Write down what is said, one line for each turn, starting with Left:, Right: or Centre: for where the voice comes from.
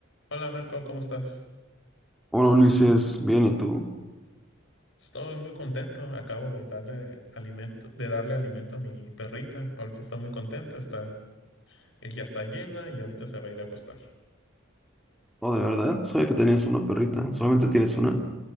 Left: Hola Marco, ¿cómo estás?
Centre: Hola Ulises, bien, ¿y tú?
Left: Estoy muy contento. Acabo de darle alimento, de darle alimento a mi perrita. Ahorita está muy contenta, está, ella está llena y ahorita se va a ir a acostar.
Centre: Oh, de verdad, sabía que tenías una perrita, solamente tienes una.